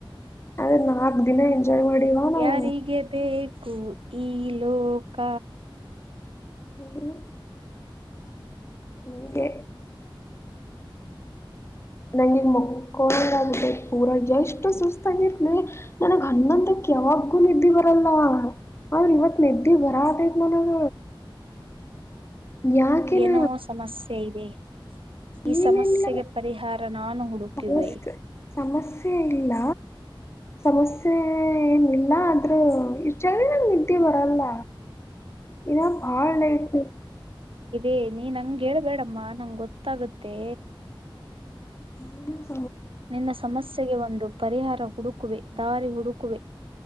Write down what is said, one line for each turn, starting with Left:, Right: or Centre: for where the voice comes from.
Left: ಅದ ನಾಲ್ಕ ದಿನ ಎ ಜಯವಾಡಿವಾ ನಾವು
Right: ಯಾರಿಗೆ ಬೇಕು ಈ ಲೋಕ
Left: ಹ ಹ್ಮ ನಂಿನ್ ಮಕ್ಕಳಲ್ಲ ಪೂರಾ ಎಷ್ಟು ಸುಸ್ತಾಗಿತ್ಲಿ ನನಗ್ ಹನ್ನೊಂದಕ್ಕೆ ಯಾವಾಗ್ಗೂ ನಿದ್ದಿ ಬರಲ್ಲ ಆದ್ರ ಇವತ್ ನ್ದಿ ಬರದೇತ್ ನನಗ ಯಾಕೆನ
Right: ಏನೋ ಸಮಸ್ಯೆ ಇದೆ <inaudible> ಈ
Left: ಏನಿಲ್ಲ
Right: ಸಮಸ್ಯೆಗೆ ಪರಿಹಾರ ನಾನು ಹುಡುಕಿವೆ
Left: ಸಮಸ್ಯೆ ಸಮಸ್ಯೆ ಇಲ್ಲ ಸಮಸ್ಯೆ ಏನಿಲ್ಲ ಆದ್ರೂ ಇಷ್ಟಾಗೆ ನನ್ ನಿದ್ದೆ ಬರಲ್ಲ ಇಾ ಪಾಳ ನೈಟ್
Right: ೇ ನೀ ನಂಗಗೆ ಹೇಳ್ಬೇಡಮ್ಮ ನಂಗೆ ಗೊತ್ತಾಗುತ್ತೆ
Left: ಹ್ಮ್
Right: ನಿನ್ನ ಸಮಸ್ಯೆಗೆ ಒಂದು ಪರಿಹಾರ ಹುಡುಕುವೆ ದಾರಿ ಹುಡುಕುವೆ